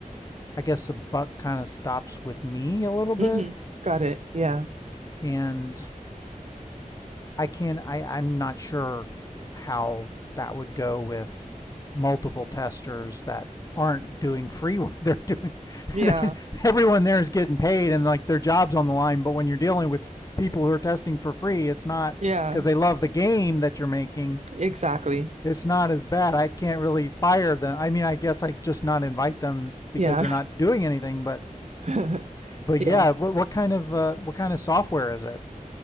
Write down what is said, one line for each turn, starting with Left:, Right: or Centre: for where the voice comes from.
Left: I guess the buck kind of stops with me a little
Right: hmm
Left: bit,
Right: Got it. Yeah.
Left: and I can I I'm not sure how that would go with multiple testers that aren't doing free work. They're doing
Right: Yeah.
Left: <laughs> everyone there is getting paid and like their jobs on the line. But when you're dealing with people who are testing for free, it's not
Right: Yeah.
Left: because they love the game that you're making.
Right: Exactly.
Left: It's not as bad. I can't really fire them. I mean, I guess I just not invite them because
Right: Yeah.
Left: they're not doing anything. But
Right: <laughs>
Left: but
Right: Yeah.
Left: yeah, what what kind of uh, what kind of software is it?